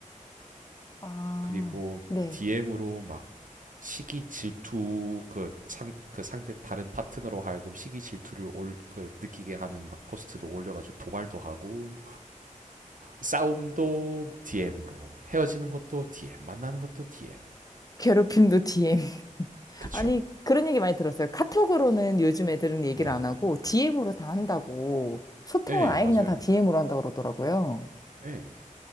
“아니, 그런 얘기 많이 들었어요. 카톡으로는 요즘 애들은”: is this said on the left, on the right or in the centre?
Left